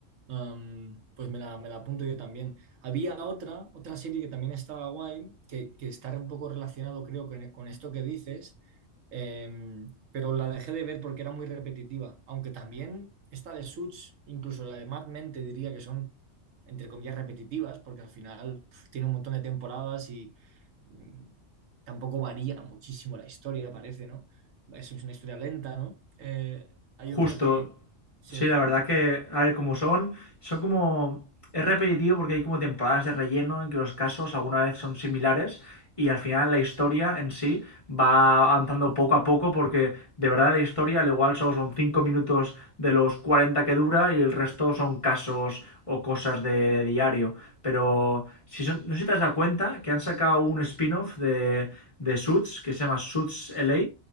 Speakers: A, on the right; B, on the left.
A: Am, pues me la, me la apunto yo también. Había otra, otra serie que también estaba guay, que, que está un poco relacionado, creo, con, con esto que dices, em, pero la dejé de ver porque era muy repetitiva. Aunque también esta de Suits, incluso la de Mad Men, te diría que son, entre comillas, repetitivas, porque al final pf, tiene un montón de temporadas y mm, tampoco varía muchísimo la historia, parece, ¿no? Es una historia lenta, ¿no? Eh, hay
B: Justo.
A: otra que... Sí.
B: Sí, la verdad que, a ver, como son, son como... Es repetitivo porque hay como temporadas de relleno en que los casos alguna vez son similares y al final la historia en sí va avanzando poco a poco porque de verdad la historia al igual solo son 5 minutos de los 40 que dura y el resto son casos o cosas de, de diario. Pero si son- no sé si te has dado cuenta que han sacado un spin-off de, de Suits que se llama Suits LA